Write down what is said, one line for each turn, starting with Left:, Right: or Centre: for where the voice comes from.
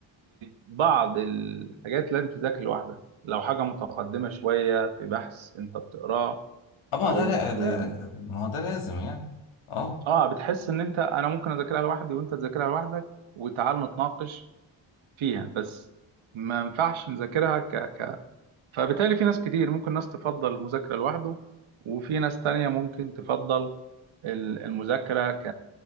Right: بعض الحاجات لازم تذاكر لوحدك لو حاجة متقدمة شوية في بحث انت بتقراه
Left: اما
Right: او
Left: ده
Right: في
Left: ده ما هو ده لازم يعني اه
Right: اه بتحس ان انت انا ممكن اذاكرها لوحدي وانت تذاكرها لوحدك وتعال نتناقش فيها بس ما ينفعش نذاكرها ك... ك... فبالتالي في ناس كتير ممكن ناس تفضل المذاكرة لوحده وفي ناس تانية ممكن تفضل ال- المذاكرة